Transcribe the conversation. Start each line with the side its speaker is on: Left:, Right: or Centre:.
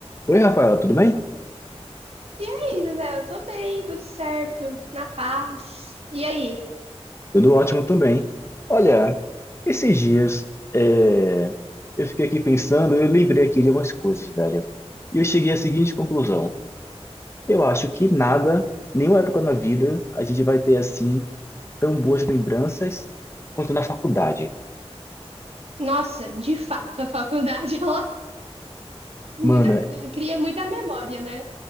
Left: Oi, Rafaela, tudo bem?
Right: E aí, José, eu tô bem, tudo certo, na paz. E aí?
Left: Tudo ótimo também. Olha, esses dias é, eu fiquei aqui pensando, eu lembrei aqui de algumas coisas, velho. E eu cheguei à seguinte conclusão. Eu acho que nada, nenhuma época na vida, a gente vai ter assim tão boas lembranças quanto na faculdade.
Right: Nossa, de fato, a faculdade <laughs> ela faz muita-
Left: Mano,
Right: eh, cria muita memória, né?